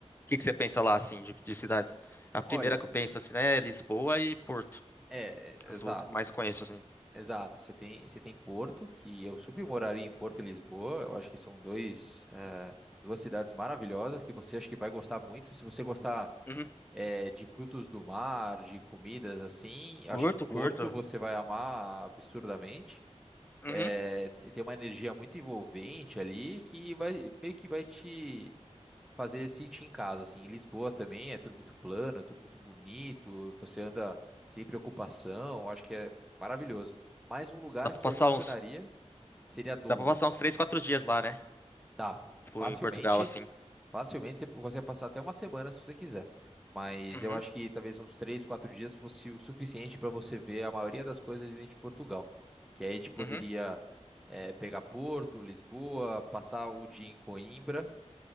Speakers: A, on the left (about 20°); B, in the centre.
A: que que você pensa lá, assim, de, de cidades? É A primeira
B: olha,
A: que eu penso, assim, né, é Lisboa e Porto.
B: é,
A: As
B: exato,
A: duas que eu mais conheço, assim.
B: exato. Você tem, você tem Porto, que eu submoraria em Porto e Lisboa. Eu acho que são dois, eh, duas cidades maravilhosas que você acho que vai gostar muito. Se você gostar,
A: Uhum.
B: eh, de frutos do mar, de comidas assim, eu
A: Curto,
B: acho que Porto
A: curto.
B: você vai amar absurdamente.
A: Uhum.
B: É, tem uma energia muito envolvente ali que vai meio que vai te fazer sentir em casa, assim. Em Lisboa também é tudo muito plano, é tudo muito bonito, você anda sem preocupação, acho que é maravilhoso. mais um lugar
A: Dá pra
B: que
A: passar
B: eu adicionaria
A: uns,
B: seria Douro.
A: dá pra passar uns 3 4 dias lá, né?
B: Dá,
A: Tipo,
B: facilmente
A: em Portugal, assim.
B: Facilmente você consegue passar até uma semana se você quiser. Mas
A: Uhum,
B: eu acho que talvez uns três, quatro dias fosse o suficiente para você ver a maioria das coisas dentro de Portugal. Que aí a gente poderia
A: uhum,
B: eh, pegar Porto, Lisboa, passar o dia em Coimbra,